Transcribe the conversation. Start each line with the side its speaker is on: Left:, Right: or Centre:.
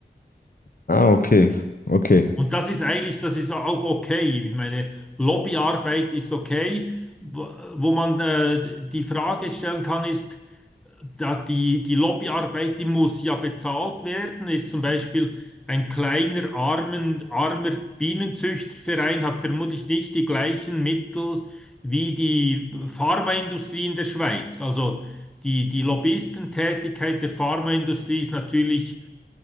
Left: Ah, okay, okay.
Centre: Und das ist eigentlich, das ist auch okay. Ich meine, Lobbyarbeit ist okay. Wo wo man äh, die Frage stellen kann, ist, da die, die Lobbyarbeit, die muss ja bezahlt werden. Jetzt zum Beispiel ein kleiner, armen, armer Bienenzüchterverein hat vermutlich nicht die gleichen Mittel wie die Pharmaindustrie in der Schweiz. Also die, die Lobbyistentätigkeit der Pharmaindustrie ist natürlich